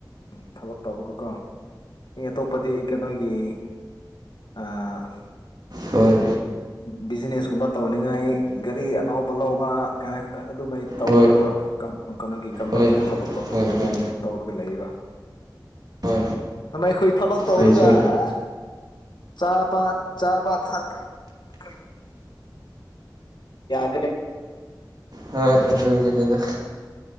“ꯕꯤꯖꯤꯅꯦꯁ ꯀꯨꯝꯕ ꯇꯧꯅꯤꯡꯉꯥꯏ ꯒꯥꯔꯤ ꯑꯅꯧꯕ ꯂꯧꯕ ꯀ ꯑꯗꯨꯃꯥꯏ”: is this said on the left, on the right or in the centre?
Left